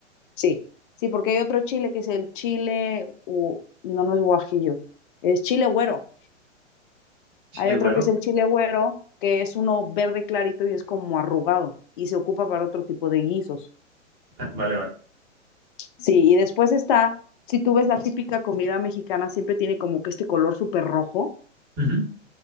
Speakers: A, on the left; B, on the right.
A: Sí, sí, porque hay otro chile que es el chile, u- no, no es guajillo, es chile güero.
B: Chile
A: Hay otro
B: güero.
A: que es el chile güero, que es uno verde clarito y es como arrugado y se ocupa para otro tipo de guisos.
B: Ah, vale, vale.
A: Sí, y después está, si tú ves la típica comida mexicana, siempre tiene como que este color súper rojo
B: Ujú.